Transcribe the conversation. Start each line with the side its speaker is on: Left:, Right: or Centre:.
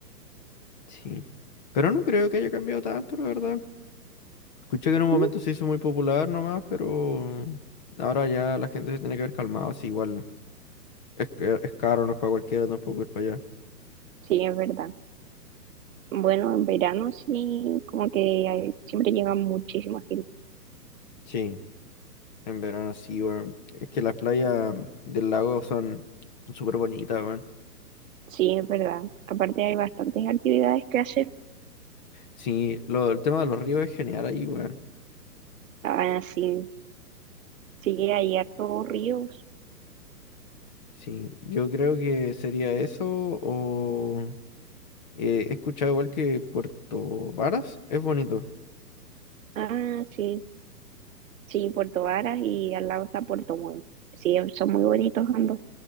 Left: Sí. Pero no creo que haya cambiado tanto, la verdad. Escuché que en un momento
Right: Mm,
Left: se hizo muy popular nomás, pero ahora ya la gente se tiene que ver calmado. Así igual es, que- es caro, no es para cualquiera tampoco ir para allá.
Right: Sí, es verdad. Bueno, en verano sí, como que hay- siempre llega muchísima gente.
Left: Sí, en verano sí, weón. Es que las playas del lago son son súper bonitas, weón.
Right: Sí, es verdad. Aparte hay bastantes actividades que hacer.
Left: Sí, lo, el tema de los ríos es genial ahí, weón.
Right: Ah, sí, sí, hay hartos ríos.
Left: Sí, yo creo que sería eso o... eh, he escuchado igual que Puerto Varas es bonito.
Right: Ah, sí, sí, Puerto Varas y al lado está Puerto Montt. Sí, son muy bonitos ambos.